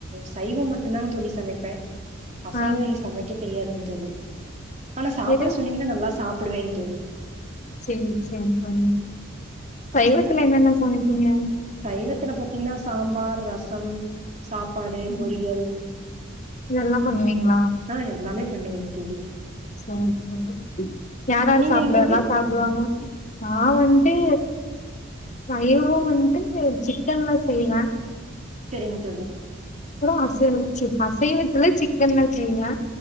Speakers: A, on the right; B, on the left.
A: சைவோ மட்டுந்தாங் தோழி சமைப்ப அசைவையு
B: ஆ
A: சமைக்கத் தெரியாதுங் தோழி ஆனா சாப்ட
B: எதும்
A: சொன்னீங்கன்னா நல்லா சாப்புடுவேங் தோழி
B: சேரி சேரி தோழி சைவத்துல என்னென்ன சமைப்பீங்க
A: சைவத்துல பாத்தீங்கன்னா சாம்பார் ரசம் சாப்பாடு
B: ம்
A: பொரியல்
B: இதெல்லா பண்ணுவீங்களா
A: ஆ எல்லாமே பண்ணுவீங்க தோழி
B: சேரி யார் யார்
A: நீங்கங்
B: சாப்புடுரதெல்லா
A: தோழி
B: சாப்புடுவாங்க நா வன்ட்டு அசைவோ வன்ட்டு சிக்கன்லா செய்வ
A: சேரிங் தோழி
B: அப்புறோ அசைவோ ச்சி அசைவத்துல சிக்கன்லா செய்வ